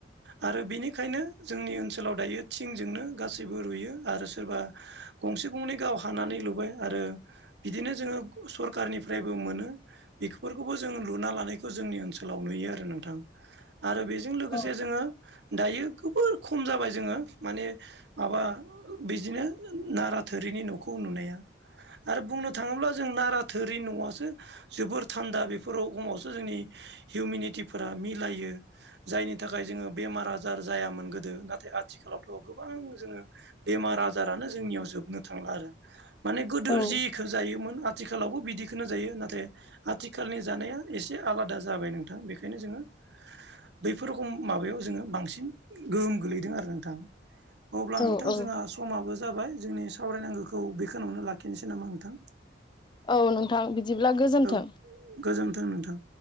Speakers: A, on the right (about 65°); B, on the left (about 25°).
A: आरो बेनिखायनो जोंनि ओनसोलाव दायो थिंजोंनो गासैबो रुयो आरो सोरबा गंसे गंनै गाव हानानै लुबाय आरो बिदिनो जोङो सरखारारनिफ्रायबो मोनो बेफोरखौबो जोङो लुना लानायखौ जोंनि ओनसोलाव नुयो आरो नोंथां आरो बेजों लोगोसे
B: औ
A: जोङो दायो जोबोर खम जाबाय जोङो माने माबा बिदिनो नारा थोरिनि न'खौ नुनाया आरो बुंनो थाङोब्ला जों नारा थोरि न'आासो जोबोर थान्दा बेफोर खमावसो जोंनि हिउमिनिटिफोरा मिलायो जायनि थाखाय जोङो बेमार आजार जायामोन गोदो नाथाय आथिखालावथ' गोबां जोङो बेमार आजारानो जोंनियाव जोबनो थांला आरो माने गोदो
B: औ
A: जिखौ जायोमोन आथिखालावबो बिदिखो जायो नाथाय आथिखालनि जानाया एसे आलादा जाबाय नोंथां बेखायनो जोङो बैफोर रखम माबायाव जोङो बांसिन गोहोम गोलैदों आरो नोंथां। अब्ला
B: औ
A: नोंथां
B: औ
A: जोंहा समाबो जाबाय जोंनि सावरायनांगौखौ बेखौावनो लाखिनोसै नामा नोंथां।
B: औ नोंथां बिदिब्ला गोजोन्थों।
A: औ गोजोन्थों नोंथां।